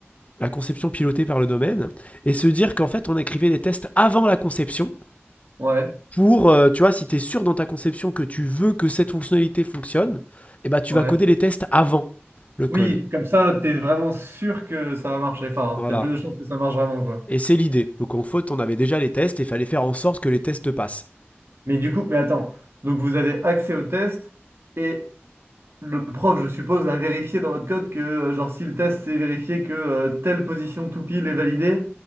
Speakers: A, on the left; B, on the right.
A: la conception pilotée par le domaine, et se dire qu'en fait, on écrivait les tests avant la conception,
B: Ouais,
A: pour, euh, tu vois, si tu es sûr dans ta conception que tu veux que cette fonctionnalité fonctionne, eh ben, tu
B: ouais.
A: vas coder les tests avant le code.
B: Oui, comme ça, t'es vraiment sûr que ça va marcher. Enfin,
A: Voilà.
B: t'as plus de chances que ça marche vraiment, quoi.
A: Et c'est l'idée. Donc en faute, on avait déjà les tests et il fallait faire en sorte que les tests passent.
B: Mais du coup, mais attends. Donc, vous avez accès au test et le prof, je suppose, a vérifié dans votre code que, euh, genre, si le test s'est vérifié que euh, telle position tout pile est validée,